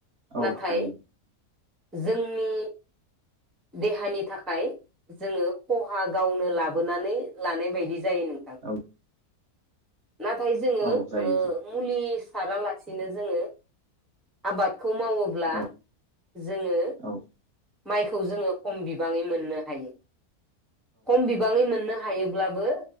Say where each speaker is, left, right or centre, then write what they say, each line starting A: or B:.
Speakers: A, on the right (about 45°); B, in the centre.
A: औ
B: नाथाय
A: हायो।
B: जोंनि देहानि थाखाय जोङो खहा गावनो लाबोनानै लानाय बायदि जायो नोंथां।
A: औ
B: नाथाय जोङो
A: औ जायो
B: ओ
A: जायो
B: मुलिस सारालासिनो जोङो आबाद खौ मावोब्ला
A: औ
B: जोङो
A: औ
B: माइखौ जोङो खम बिबाङै मोननो हायो। खम बिबाङै मोननो हायोब्लाबो